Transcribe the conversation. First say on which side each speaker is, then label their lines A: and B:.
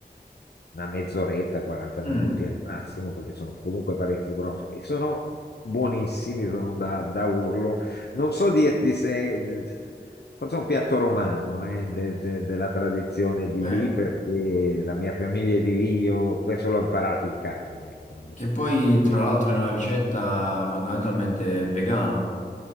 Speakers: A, on the left; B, on the left.
A: una mezz'oretta, 40 minuti
B: Mm.
A: al massimo, perché sono comunque parecchio grossi e sono buonissimi, sono da, da urlo. Non so dirti se forse è un piatto romano, eh, de- de- della tradizione di
B: Eh,
A: lì, perché la mia famiglia è di lì, io questo l'ho imparato in casa. ecco.
B: Che poi, tra l'altro, è una ricetta fondamentalmente vegana.